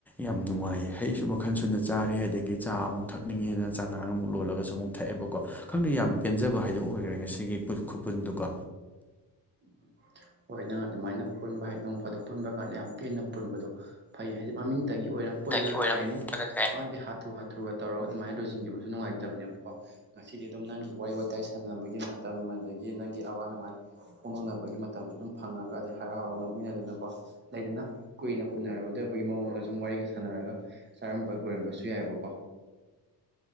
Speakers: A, in the centre; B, on the right.
A: ꯌꯥꯝ ꯅꯨꯡꯉꯥꯏ ꯍꯩꯁꯨ ꯃꯈꯟ ꯁꯨꯅ ꯆꯥꯔꯦ ꯑꯗꯒꯤ ꯆꯥ ꯑꯃꯨꯛ ꯊꯛꯅꯤꯡꯉꯦꯗꯅ ꯆꯥꯉꯥꯡ ꯑꯃꯨꯛ ꯂꯣꯜꯂꯒꯁꯨ ꯑꯃꯨꯛ ꯊꯛꯑꯦꯕꯀꯣ ꯈꯪꯗꯦ ꯌꯥꯝ ꯄꯦꯟꯖꯕ ꯍꯥꯏꯗꯣ ꯑꯣꯏꯈ꯭ꯔꯦ ꯉꯁꯤꯒꯤ ꯈꯨꯄꯨꯟꯗꯨꯀꯣ
B: ꯎꯝ ꯍꯣꯏ ꯅꯪ ꯑꯗꯨꯃꯥꯏꯅ ꯄꯨꯟꯕ ꯍꯥꯏꯗꯤ ꯅꯣꯡ ꯐꯗ ꯄꯨꯟꯕ ꯀꯥꯟꯗ ꯌꯥꯝ ꯄꯦꯟꯅ ꯄꯨꯟꯕꯗꯣ ꯐꯩ ꯍꯥꯏꯗꯤ ꯃꯃꯤꯡꯇꯒꯤ ꯑꯣꯏꯅ ꯄꯨꯜꯂꯒ
A: ꯗꯒꯤ ꯑꯣꯏꯔꯝꯂꯒ
B: ꯀꯩ ꯍꯥꯏꯅꯤ
A: ꯀꯩ
B: ꯑꯃꯗꯤ ꯍꯥꯊꯨ ꯍꯥꯊꯨꯒ ꯇꯧꯔꯒ ꯑꯗꯨꯃꯥꯏꯅ ꯂꯣꯏꯁꯤꯟꯈꯤꯕꯁꯨ ꯅꯨꯡꯉꯥꯏꯇꯕꯅꯦꯕꯀꯣ ꯉꯁꯤꯗꯤ ꯑꯗꯨꯝ ꯅꯪꯒꯤ ꯋꯥꯔꯤ ꯋꯥꯇꯥꯏ ꯁꯥꯟꯅꯕꯒꯤ ꯃꯇꯝ ꯑꯗꯒꯤ ꯅꯪꯒꯤ ꯑꯋꯥ ꯅꯨꯡꯉꯥꯏ ꯐꯣꯡꯗꯣꯛꯅꯕꯒꯤ ꯃꯇꯝꯁꯨ ꯑꯗꯨꯝ ꯐꯪꯉꯒ ꯑꯗꯩ ꯍꯔꯥꯎ ꯍꯔꯥꯎ ꯅꯣꯛꯃꯤꯟꯅꯗꯅꯀꯣ ꯂꯩꯗꯅ ꯀꯨꯏꯅ ꯎꯅꯔꯨꯗꯕꯒꯤ ꯃꯑꯣꯡꯗ ꯁꯨꯝ ꯋꯥꯔꯤꯒ ꯁꯥꯟꯅꯔꯒ ꯆꯥꯔꯝꯕ ꯑꯣꯏꯔꯝꯕꯁꯨ ꯌꯥꯏꯑꯕꯀꯣ